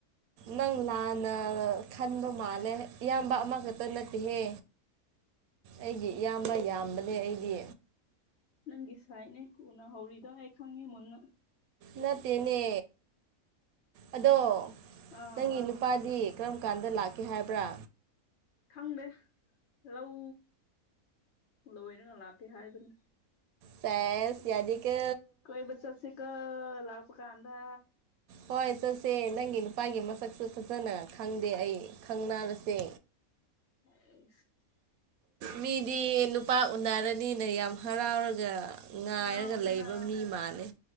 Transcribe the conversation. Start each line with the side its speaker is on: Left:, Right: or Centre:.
Right: ꯅꯪ ꯂꯥꯟꯅ ꯈꯟꯕ ꯃꯥꯜꯂꯦ ꯏꯌꯥꯝꯕ ꯑꯃꯈꯛꯇ ꯅꯠꯇꯦꯍꯦ ꯑꯩꯒꯤ ꯏꯌꯥꯝꯕ ꯌꯥꯝꯕꯅꯦ ꯑꯩꯗꯤ
Left: ꯅꯪ ꯁꯥꯏꯅꯦ ꯎꯅꯍꯧꯔꯤꯗꯣ ꯍꯑꯩ ꯈꯪꯏ ꯃꯨꯟꯅ
Right: ꯅꯠꯇꯦꯅꯦ ꯑꯗꯣ
Left: ꯑꯥ
Right: ꯅꯪꯒꯤ ꯅꯨ ꯅꯨꯄꯥꯗꯤ ꯀꯔꯝ ꯀꯥꯟꯗ ꯂꯥꯛꯀꯦ ꯍꯥꯏꯕ꯭ꯔꯥ
Left: ꯈꯪꯗꯦ ꯂꯧ ꯂꯣꯏꯔꯅ ꯂꯥꯛꯀꯦ ꯍꯥꯏꯕꯅꯤ
Right: ꯁꯦꯁ ꯌꯥꯗꯦ ꯀꯣ
Left: ꯀꯣꯏꯕ ꯆꯠꯁꯤꯀꯣ ꯂꯥꯛꯄ ꯀꯥꯟꯗ
Right: ꯍꯣꯏ ꯆꯠꯁꯦ ꯅꯪꯒꯤ ꯅꯨꯄꯥꯒꯤ ꯃꯁꯛꯁꯨ ꯐꯖꯅ ꯈꯪꯗꯦ ꯑꯩ ꯈꯪ ꯅꯥꯔꯁꯦ
Left: ꯑꯁ
Right: ꯃꯤꯗꯤ ꯅꯨꯄꯥ ꯎꯅꯔꯅꯤꯅ ꯌꯥꯝ ꯍꯔꯥꯎꯔꯒ ꯉꯥꯏꯔꯒ
Left: ꯍꯔꯥꯎꯕꯅ
Right: ꯂꯩꯕ ꯃꯤ ꯃꯥꯜꯂ